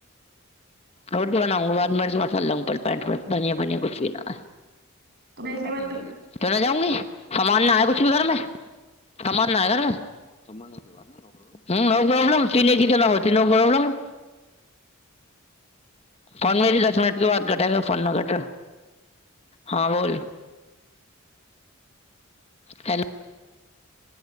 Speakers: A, on the left; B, on the right.
A: रोटी बनाउंगा बाद मे मसाला लाउं पहले धनिया बनिया कुछ भी न है
B: तो मैं इसलिए
A: अब
B: मैं
A: कहाँ जाएगी क्यों नहि जाउंगी सामान ना है कुछ भी घरमे समान न है घर मे समान बाद ले आना बाद मे नोप्रोब्लम नोप्रोब्लम चीनी घी न हो नोप्रोब्लम फोन मेरी दस मिनट के बाद कटेगा फोन कटेगा हँ बोल hello